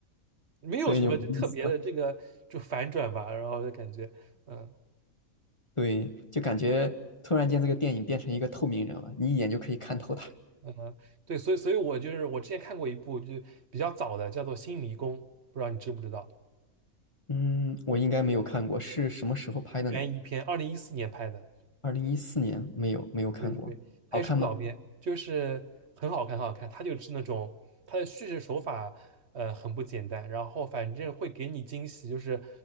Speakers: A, on the right; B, on the left.
A: 没有什么就特别的这个就反转吧，
B: 所以就没意思了。
A: 然后就感觉，嗯
B: 对，就感觉突然间这个电影变成一个透明人了，你一眼就可以看透他。
A: 嗯，对，所以所以我就是我之前看过一部就比较早的，叫做《新迷宫》，不知道你知不知道，
B: 嗯，我应该没有看过，是什么时候拍的呢？
A: 悬疑片，二零一四年拍的。
B: 二零一四年，没有，没有看过。
A: 对对，他也是部老片，
B: 好看吗？
A: 就是很好看，很好看。他就是那种他的叙事手法，呃，很不简单。然后反正会给你惊喜，就是